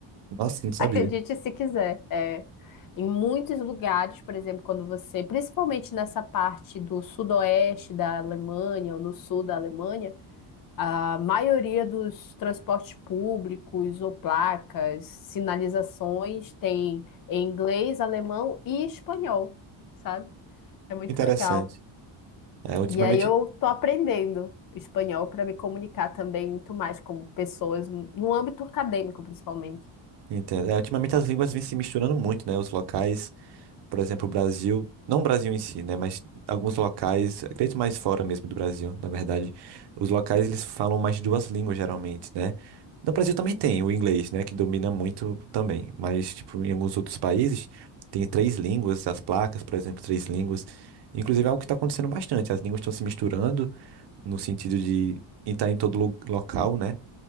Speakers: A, on the right; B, on the left.
A: nossa, não sabia.
B: Acredite se quiser. É. Em muitos lugares, por exemplo, quando você, principalmente nessa parte do sudoeste da Alemanha ou no sul da Alemanha, a maioria dos transportes públicos ou placas, sinalizações tem em inglês, alemão e espanhol, sabe? É muito
A: Interessante.
B: legal.
A: É, ultimamente,
B: E aí eu tô aprendendo espanhol para me comunicar também muito mais com pessoas no âmbito acadêmico, principalmente.
A: entendo. É, ultimamente as línguas vêm se misturando muito, né? Os locais. Por exemplo, o Brasil, não o Brasil em si, né, mas alguns locais, acredito mais fora mesmo do Brasil, na verdade, os locais eles falam mais de duas línguas geralmente, né? No Brasil também tem o inglês, né, que domina muito também, mas tipo em alguns outros países tem três línguas, as placas, por exemplo, três línguas. Inclusive é algo que está acontecendo bastante, as línguas estão se misturando no sentido de estar em todo lo- local, né?